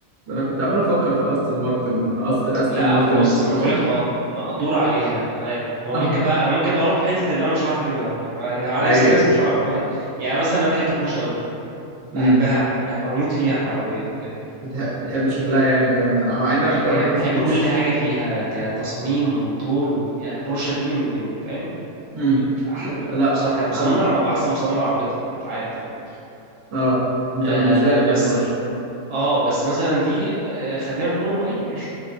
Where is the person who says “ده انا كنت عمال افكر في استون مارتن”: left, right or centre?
Right